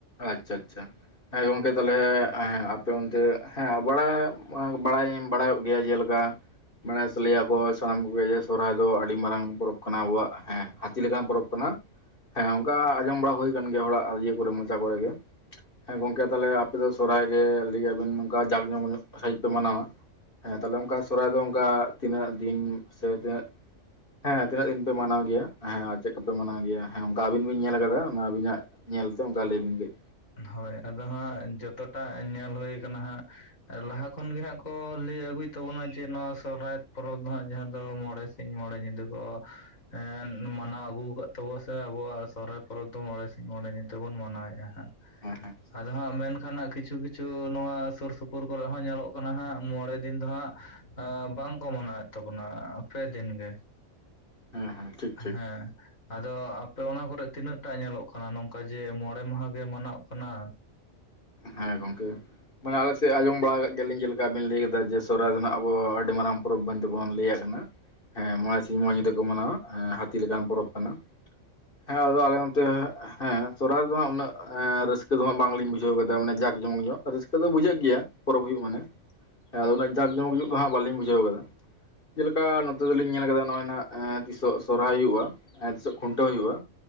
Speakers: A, on the left (about 40°); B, on the left (about 75°).
A: ᱟᱪᱪᱷᱟ ᱟᱪᱪᱷᱟ ᱟᱨ ᱜᱚᱝᱠᱮ ᱛᱟᱦᱚᱞᱮ ᱟᱭ ᱟᱯᱮ ᱚᱱᱛᱮ ᱦᱮᱸ ᱵᱟᱲᱟᱭ ᱵᱟᱲᱟᱭ ᱤᱧ ᱵᱟᱲᱟᱭᱚᱜ ᱜᱮᱭᱟ ᱪᱮᱫ ᱞᱮᱠᱟ <unintelligible> ᱞᱟᱹᱭ ᱟᱠᱚ ᱥᱟᱱᱟᱢ ᱠᱚᱜᱮ ᱥᱚᱨᱦᱟᱭ ᱫᱚ ᱟᱹᱰᱤ ᱢᱟᱨᱟᱝ ᱯᱚᱨᱚᱵᱽ ᱠᱟᱱᱟ ᱟᱵᱚᱣᱟᱜ ᱦᱮᱸ ᱦᱟᱹᱛᱤ ᱞᱮᱠᱟᱱ ᱯᱚᱨᱚᱵᱽ ᱠᱟᱱᱟ᱾ ᱦᱮᱸ ᱚᱱᱠᱟ ᱟᱸᱡᱚᱢ ᱵᱟᱲᱟ ᱦᱩᱭ ᱠᱟᱱ ᱜᱮᱭᱟ ᱦᱚᱲᱟᱜ ᱤᱭᱟᱹ ᱠᱚᱨᱮ ᱢᱚᱪᱟ ᱠᱚᱨᱮ ᱜᱮ, ᱦᱮᱸ ᱜᱚᱝᱠᱮ ᱛᱟᱦᱞᱮ ᱟᱯᱮ ᱫᱚ ᱥᱚᱨᱦᱟᱭ ᱜᱮ ᱞᱟᱹᱭ ᱟᱵᱤᱱ ᱱᱚᱝᱠᱟ ᱡᱟᱠ ᱡᱚᱢ ᱧᱚᱜ ᱥᱟᱺᱦᱤᱡ ᱯᱮ ᱢᱟᱱᱟᱣᱟ? ᱦᱮᱸ ᱛᱟᱦᱚᱞᱮ ᱚᱱᱠᱟ ᱥᱚᱨᱚᱨᱟᱭ ᱫᱚ ᱚᱱᱠᱟ ᱛᱤᱱᱟᱹᱜ ᱫᱤᱱ ᱥᱮ ᱛᱤᱱᱟᱹᱜ ᱦᱮᱸ ᱛᱤᱱᱟᱹᱜ ᱫᱤᱱ ᱯᱮ ᱢᱟᱱᱟᱣ ᱜᱮᱭᱟ ᱦᱮᱸ ᱟᱨ ᱪᱮᱫ ᱠᱟᱯᱮ ᱢᱟᱱᱟᱣ ᱜᱮᱭᱟ ᱦᱮ ᱚᱱᱠᱟ ᱟᱵᱤᱱ ᱵᱤᱱ ᱧᱮᱞ ᱟᱠᱟᱫᱟ ᱟᱵᱤᱱᱟᱜ ᱧᱮᱞᱛᱮ ᱚᱱᱠᱟ ᱞᱟᱹᱭ ᱵᱤᱱ ᱠᱟᱹᱡ,
B: ᱦᱳᱭ ᱟᱫᱚ ᱦᱟᱸᱜ ᱡᱚᱛᱚᱴᱟ ᱧᱮᱞ ᱦᱩᱭ ᱠᱟᱱᱟ ᱦᱟᱸᱜ, ᱟᱨ ᱞᱟᱦᱟ ᱠᱷᱚᱱᱜᱮ ᱦᱟᱸᱜ ᱠᱚ ᱞᱟᱹᱭ ᱟᱹᱜᱩᱭ ᱛᱟᱵᱚᱱᱟ ᱡᱮ ᱱᱚᱣᱟ ᱥᱚᱨᱦᱟᱭ ᱯᱚᱨᱚᱵᱽ ᱫᱚ ᱦᱟᱸᱜ ᱡᱟᱦᱟᱸ ᱫᱚ ᱢᱚᱬᱮ ᱥᱤᱧ ᱢᱚᱬᱮ ᱧᱤᱫᱟᱹ ᱠᱚ ᱦᱮᱸ ᱢᱟᱱᱟᱣ ᱟᱹᱜᱩ ᱟᱠᱟᱫ ᱛᱟᱵᱚ ᱥᱮ ᱟᱵᱩᱣᱟᱜ ᱥᱚᱨᱦᱟᱭ ᱯᱚᱨᱚᱵᱽ ᱫᱚ ᱢᱚᱬᱮ ᱥᱤᱧ ᱢᱚᱬᱮ ᱧᱤᱫᱟᱹ ᱛᱮᱵᱚᱱ ᱢᱟᱱᱟᱣᱮᱫᱼᱟ ᱦᱟᱸᱜ ᱾
A: ᱦᱮᱸ ᱦᱮᱸ
B: ᱟᱫᱚ ᱦᱟᱸᱜ ᱢᱮᱱᱠᱷᱟᱱᱜ ᱠᱤᱪᱷᱩ ᱠᱤᱪᱷᱩ ᱱᱚᱣᱟ ᱥᱩᱨ ᱥᱩᱯᱩᱨ ᱠᱚᱨᱮᱜ ᱦᱚᱸ ᱧᱮᱞᱚᱜ ᱠᱟᱱᱟ ᱦᱟᱸᱜ ᱢᱚᱬᱮ ᱫᱤᱱ ᱫᱚ ᱦᱟᱸᱜ ᱵᱟᱝᱠᱚ ᱢᱟᱱᱟᱣᱮᱫ ᱛᱟᱵᱚᱱᱟ ᱯᱮ ᱫᱤᱱ ᱜᱮ,
A: ᱦᱮᱸ ᱦᱮᱸ ᱴᱷᱤᱠ
B: ᱦᱮᱸ ᱟᱫᱚ ᱟᱯᱮ ᱚᱱᱟ ᱠᱚᱨᱮ ᱛᱤᱱᱟᱹᱜ ᱴᱟᱜ ᱧᱮᱞᱚᱜ ᱠᱟᱱᱟ ᱱᱚᱝᱠᱟ ᱡᱮ ᱢᱚᱬᱮ ᱢᱟᱦᱟ ᱜᱮ ᱢᱟᱱᱟᱣ ᱠᱟᱱᱟ?
A: ᱦᱮᱸ ᱜᱚᱝᱠᱮ ᱾ ᱢᱟᱱᱮ ᱟᱞᱮ ᱥᱮᱫ ᱟᱸᱚᱢ ᱵᱟᱲᱟ ᱟᱠᱟᱫ ᱜᱮᱭᱟᱞᱤᱧ ᱪᱮᱫ ᱞᱮᱠᱟᱵᱤᱱ ᱞᱟᱹᱭ ᱠᱮᱫᱟ ᱡᱮ ᱥᱚᱨᱦᱟᱭ ᱫᱚ ᱱᱟᱜ ᱟᱵᱚ ᱟᱹᱰᱤ ᱢᱟᱨᱟᱝ ᱯᱚᱨᱚᱵᱽ ᱢᱮᱱᱛᱮᱵᱚᱱ ᱞᱟᱹᱭ ᱠᱟᱱᱟ ᱦᱮᱸ ᱢᱚᱬᱮ ᱥᱤᱧ ᱢᱚᱬᱮ ᱧᱤᱫᱟᱹ ᱠᱚ ᱢᱟᱱᱟᱣᱟ ᱦᱟᱹᱛᱤ ᱞᱮᱠᱟᱱ ᱯᱚᱨᱚᱵᱽ ᱠᱟᱱᱟ᱾ ᱦᱮᱸ ᱟᱫᱚ ᱟᱞᱮ ᱚᱱᱛᱮ ᱦᱮᱸ ᱥᱚᱨᱦᱟᱭ ᱨᱮ ᱫᱚ ᱦᱟᱸᱜ ᱩᱱᱟᱹᱜ ᱨᱟᱹᱥᱠᱟᱹ ᱫᱚ ᱦᱟᱸᱜ ᱵᱟᱝᱞᱤᱧ ᱵᱩᱡᱷᱟᱹᱣ ᱠᱟ ᱫᱟ ᱢᱟᱱᱮ ᱡᱟᱠ ᱡᱚᱢ ᱧᱚᱜ ᱨᱟᱹᱥᱠᱟᱹ ᱫᱚ ᱵᱩᱡᱷᱟᱹᱜ ᱜᱮᱭᱟ ᱯᱚᱨᱚᱵᱽ ᱦᱩᱭᱩᱜ ᱢᱟᱱᱮ, ᱦᱮ ᱟᱫᱚ ᱚᱱᱟᱹ ᱡᱟᱠ ᱡᱚᱢᱚᱠ ᱧᱚᱜ ᱫᱚ ᱦᱟᱸᱜ ᱵᱟᱞᱤᱧ ᱵᱩᱡᱟᱹᱣ ᱟᱠᱟᱫᱟ ᱾ ᱪᱮ ᱞᱮᱠᱟ ᱱᱚᱛᱮ ᱫᱚᱞᱤᱧ ᱧᱮᱞ ᱟᱠᱟᱫᱟ ᱱᱚᱜᱼᱚᱭ ᱱᱟᱦᱟᱸᱜ ᱛᱤᱥᱚᱜ ᱥᱚᱨᱦᱟᱭ ᱦᱩᱭᱩᱜᱼᱟ, ᱟᱨ ᱛᱤᱥᱚ ᱠᱷᱩᱱᱴᱟᱹᱣ ᱦᱩᱭᱩᱜᱼᱟ,